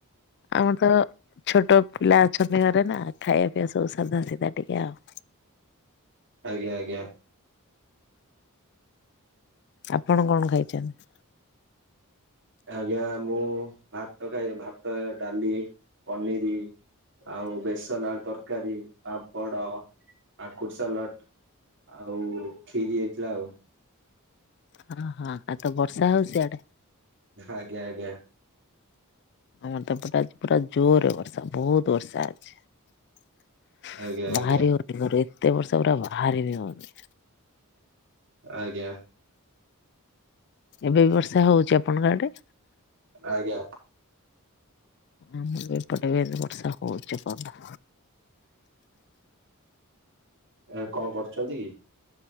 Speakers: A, on the left; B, on the right.
A: ଆମର ତ ଛୋଟ ପିଲା ଅଛନ୍ତି ଘରେ ନା ଖାଇବା ପିଇବା ସବୁ ସାଧା ସିଧା ଟିକେ ଆଉ। <inaudible>
B: ଆଜ୍ଞା ଆଜ୍ଞା।
A: ଆପଣ କଣ ଖାଇଛନ୍ତି?
B: ଆଜ୍ଞା ମୁଁ ଭାତ ଖାଇ ଭାତ, ଡାଲି, ପନିରି। ଆଉ ବେସନ ଆଳୁ ତରକାରୀ, ପାମ୍ପଡ। କାକୁଡି ସାଲଟ ଆଉ ଖିରି ହେଇଥିଲା ଆଉ।
A: ହଁ ହଁ ଆଉ ତ ବର୍ଷା ହଉଚି ସିଆଡେ?
B: ଆଜ୍ଞା ଆଜ୍ଞା।
A: ଆମର ପୁରା ଅ ପୁରା ଜୋରରେ ବର୍ଷା ବହୁତ ବର୍ଷା ଅଛି।
B: ଆଜ୍ଞା
A: ବାହରି
B: ଆଜ୍ଞା
A: ହଉନି ଘରେ। ଏତେ ବର୍ଷା ପୁରା ବାହାରିବି ହୋଉନି।
B: ଆଜ୍ଞା।
A: ଏବେ ବି ବର୍ଷା ହଉଛି ଆପଣଙ୍କ ଆଡେ?
B: ଆଜ୍ଞା।
A: ଆମ ଏପଟେ ବି ଏନେ ବର୍ଷା ହଉଛି ଏପଯ୍ୟନ୍ତ।
B: ଏବେ କଣ କରୁଛନ୍ତି କି?